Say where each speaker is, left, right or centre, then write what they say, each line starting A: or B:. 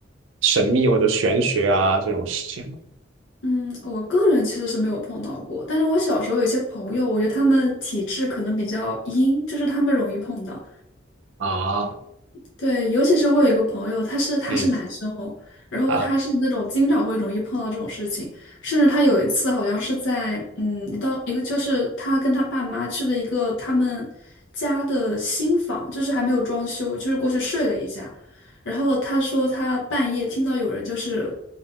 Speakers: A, on the right (about 85°); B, on the left (about 85°).
A: 神秘或者玄学啊这种事情吗？
B: 嗯，我个人其实是没有碰到过，但是我小时候有一些朋友，我觉得他们体质可能比较阴，就是他们容易碰到。
A: 啊，
B: 对，尤其是我有一个朋友，他是他是男生哦，
A: 嗯
B: 然后他是那种经常会容易碰到这种事情，
A: 啊，
B: 甚至他有一次好像是在嗯，一到一个就是他跟他爸妈去了一个他们家的新房，就是还没有装修，就是过去睡了一下，然后他说他半夜听到有人就是